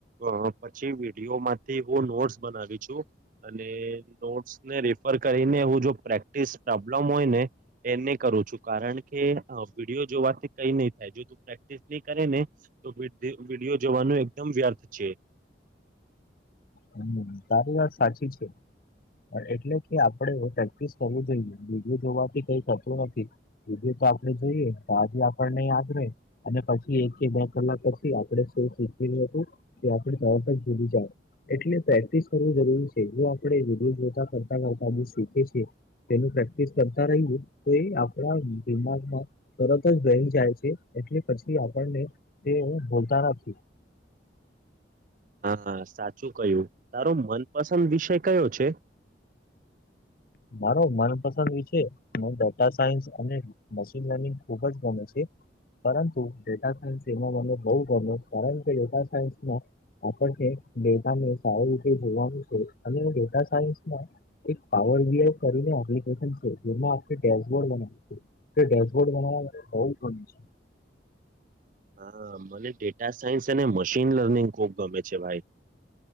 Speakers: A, on the right; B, on the left.
A: અ પછી વિડીયોમા તે બો નોટ્સ બનાવી છોં. અને નોટ્સ ને રીફર કરીને, ઉં જો પ્રેક્ટિસ પ્રોબ્લમ હોય ને એન્ને કરુ છું, કારણ કે અ વિડીયો જોવાથી કઈ નઈ થાય. જો તુ પ્રેક્ટિ ની કરે ને તો વિડી વિડીયો જોવાનો એકદમ વ્યર્થ છે.
B: હમ, તારી વાત સાચી છે. એટલે કે, આપણેે પ્રેક્ટિસ કરું જોઈએ, બીજું જોવાથી કઈ થતું નથી. <unintelligible> જોઈએ તો આજે આપણને યાદ રે અને પછી એક કે બે કલાક પછી આપડણે સુ સીખેલુ હતુ. કે આપડણે જવાબ જ ભૂલી જાય એટલે પ્રેક્ટિસ કરવુ જરૂરી છે. એટલું આપણે વિધિ જોતા કરતા કરતા બી શીખે છે. તેનુ પ્રેક્ટિસ કરતા રઈયૂ, તો એ આપણા દિમાગમાં તરત જ બ્લેન્ડ જાય છે, એટલે પછી આપણને તે હું ભૂલતા નથી.
A: હા હા, સાચું કયું, તારો મનપસંદ વિષય કયો છે?
B: મારો મનપસંદ વિષ હ ડેટા સાયન્સ અને મશીન લર્નિંગ ખુબ જ ગમે છે. પરંતુ ડેટા સાયન્સ એમાં મને બહુ ગમે યો કારણ કે ડેટા સાયન્સમાં આપણને ડેટાને સારી રીતે જોવાનું છે અને ડેટા સાયસમાં એક પાવર જ કરીને એપ્લિકેશન છે જેમાં આપણે ડેશબોર્ડ બનાવ તે ડેશબોર્ડ બનાવવા માટે બહુ જ બને છે
A: હા મને ડેટા સાયન્સ અને મશીન લર્નિંગ ખુબ ગમે છે ભાઈ